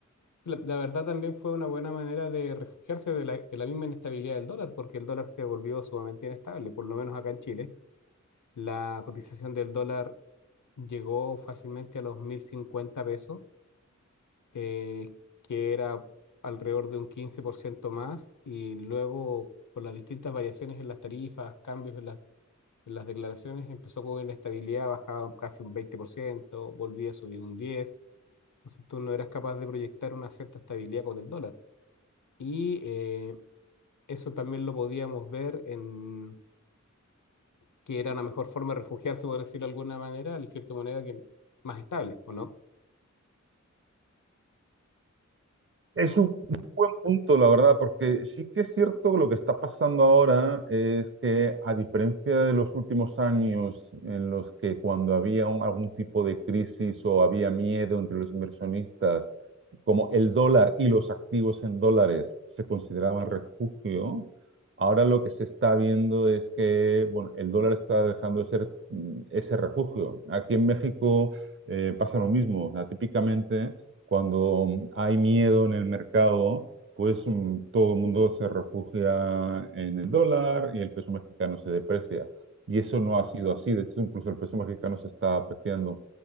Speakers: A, on the left (about 75°); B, on the right (about 45°).
A: La, la verdad también fue una buena manera de refugiarse de la, de la misma inestabilidad del dólar, porque el dólar se volvió sumamente inestable, por lo menos acá en Chile. La cotización del dólar llegó fácilmente a los 1.050 pesos, eh, que era alrededor de un 15% más, y luego con las distintas variaciones en las tarifas, cambios en las, en las declaraciones, empezó con inestabilidad, bajaba casi un veinte por ciento volvía a subir un 10%, entonces tú no eras capaz de proyectar una cierta estabilidad con el dólar. Y eh, eso también lo podíamos ver en que era una mejor forma de refugiarse, por decirlo de alguna manera, la criptomoneda que más estable, ¿o no?
B: Es un muy buen punto, la verdad, porque sí que es cierto que lo que está pasando ahora es que, a diferencia de los últimos años en los que cuando había un- algún tipo de crisis o había miedo entre los inversionistas, como el dólar y los activos en dólares se consideraban refugio, ahora lo que se está viendo es que bueno, el dólar está dejando de ser mm, ese refugio. Aquí en México eh, pasa lo mismo. O sea, típicamente, cuando mm, hay miedo en el mercado, pues mm, todo el mundo se refugia en el dólar y el peso mexicano se deprecia. Y eso no ha sido así. De hecho, incluso el peso mexicano se está apreciando.